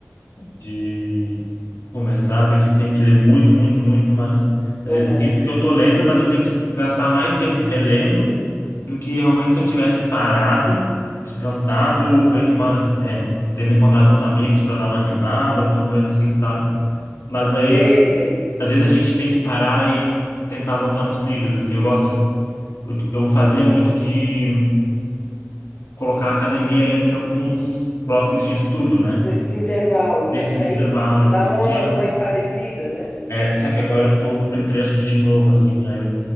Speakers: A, on the left; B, on the left.
A: de com mestrado que tem que ler muito, muito, muito, mas às
B: Aham.
A: vezes eu sinto que eu tô lendo, mas eu tenho que gastar mais tempo relendo do que realmente se eu tivesse parado, descansado ou feito uma, é, tendo encontrado uns amigos para dar uma risada, alguma coisa assim, sabe? Mas
B: Sei,
A: aí
B: sei.
A: às vezes a gente tem que parar e tentar voltar nos trilhos, assim. Eu gosto eu, eu fazia muito de colocar a academia entre alguns blocos de estudo, né?
B: Nesses intervalos,
A: Nesses
B: né? Que aí
A: intervalos,
B: dava
A: só
B: uma,
A: que
B: uma esparecida, né?
A: É, só que agora eu tô, eu entrei acho que de novo, assim, aí eu,